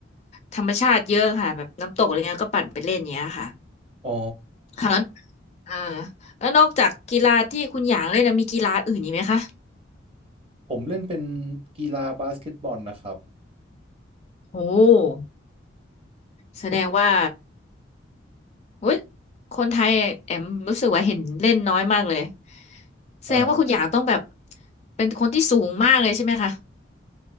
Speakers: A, on the left; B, on the right.
A: ธรรมชาติเยอะค่ะแบบน้ำตกอะไรเงี้ยก็ปั่นไปเล่นอย่างเงี้ยค่ะ
B: อ๋อ
A: ค่ะแล้วอ่าแล้วนอกจากกีฬาที่คุณหยางเล่นนะมีกีฬาอื่นอีกไหมคะ
B: ผมเล่นเป็นกีฬาบาสเกตบอลนะครับ
A: โหแสดงว่าโอ้ยคนไทยแอมรู้สึกว่าเห็นเล่นน้อยมากเลยแสดงว่าคุณหยางต้องแบบ
B: อ่า
A: เป็นคนที่สูงมากเลยใช่ไหมคะ